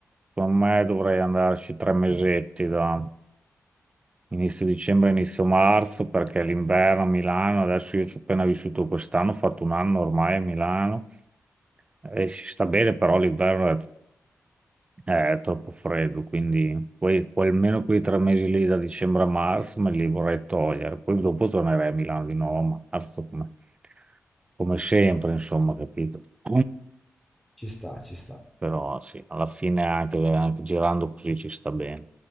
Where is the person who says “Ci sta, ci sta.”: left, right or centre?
Centre